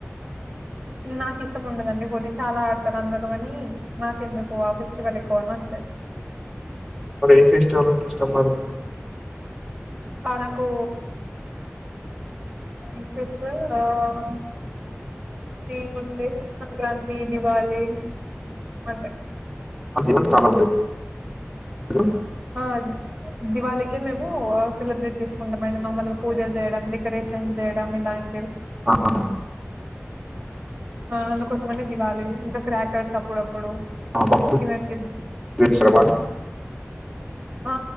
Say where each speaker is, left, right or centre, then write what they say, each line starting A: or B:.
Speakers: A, on the right; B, on the right.
A: నాకు ఇష్టం ఉండదండి హోలీ చాలా ఆడతారు అందరూ అని నాకు ఎందుకో ఆ ఫెస్టివల్ ఎక్కువ నచ్చదు
B: ఒకే ఏ ఫెస్టివల్ అంటే ఇష్టమ్ మరి
A: ఆ నకు ఇన్ ఫెస్టివల్ <unintelligible> ఏమ్ ఉంటయి సంక్రాంతి దివాళి అంతే
B: అదిీవన్ చాల <unintelligible>
A: ఆ దివాళికి మేము సెలబ్రేట్ చేసుకుంటాం మేడం మమ్మలు పూజలు చేయడం డెకరే షం చేయడం ఇలాంటివి
B: ఆ <unintelligible>
A: ఆ అందుకోసమనే దివాళి ఇంకా క్రాకర్స్ అప్పుడప్పు
B: ఆ, బాంబు
A: పచ్చ <unintelligible>
B: పేలుస్తారా బాగా?
A: ఆ